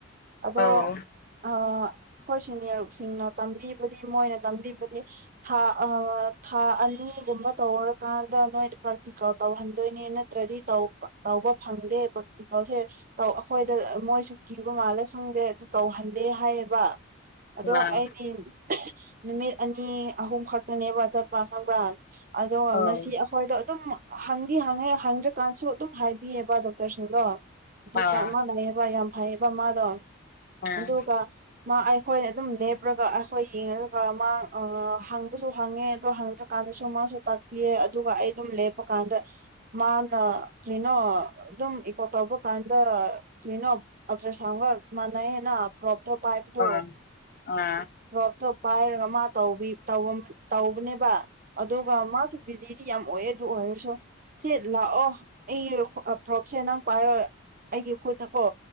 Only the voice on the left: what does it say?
ꯑꯧ
ꯑꯥ
ꯑꯧ
ꯑꯥ
ꯑꯥ ꯑꯥ
ꯑꯥ ꯑꯥ ꯑꯥ